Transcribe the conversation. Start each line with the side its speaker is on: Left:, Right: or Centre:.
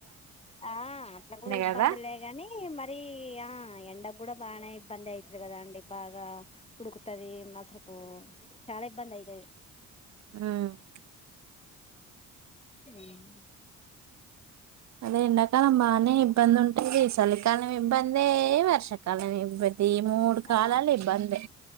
Left: ఆ అట్లా కూడా ఇబ్బందులేగాని
Right: కదా
Left: మరి ఆ ఎండకు కూడా బానే ఇబ్బందైతుంది కదాండి బాగా ఉడుకుతది అసలుకు చాలా ఇబ్బంది అయితది
Right: ఉమ్
Left: ఉమ్మ్
Right: అదే ఎండాకాలం బానే ఇబ్బంది ఉంటుంది చలికాలం ఇబ్బందే వర్షాకాలం ఇబ్బంది ది మూడు కాలాలు
Left: ఆ
Right: ఇబ్బందే